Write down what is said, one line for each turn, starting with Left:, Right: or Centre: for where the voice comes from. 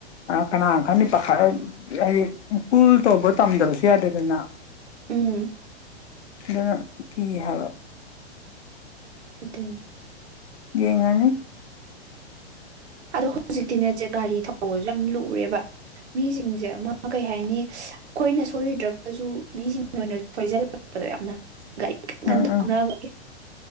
Left: ꯀꯅꯥꯒꯝ ꯈꯅꯤ ꯄꯥꯈ ꯍꯥꯏꯗꯤ ꯀꯨꯜ ꯇꯧꯕ ꯇꯝꯗꯕꯁꯨ ꯌꯥꯗꯦꯗꯅ
Right: ꯎꯝ
Left: ꯑꯗꯨꯅ ꯀꯤ ꯍꯥꯏꯕ
Right: ꯗꯣꯟ
Left: <unintelligible>
Right: ꯑꯗꯣ ꯍꯧꯖꯤꯛꯇꯤꯅꯦꯠꯁꯦ ꯒꯥꯔꯤ ꯊꯧꯕꯁꯨ ꯌꯥꯝ ꯂꯔꯦꯕ ꯃꯤꯁꯤꯡꯁꯦ ꯑꯃ ꯀꯩ ꯍꯥꯏꯅꯤ ꯑꯩꯈꯣꯏꯅ ꯁꯣꯏꯗ꯭ꯔꯒꯁꯨ ꯃꯤꯁꯤꯡ ꯑꯣꯏꯅ ꯁꯣꯏꯖꯜꯂꯛꯄꯗꯣ ꯌꯥꯝꯅ
Left: <unintelligible>
Right: ꯀ ꯇꯧꯅꯕꯒꯦ
Left: ꯎꯝ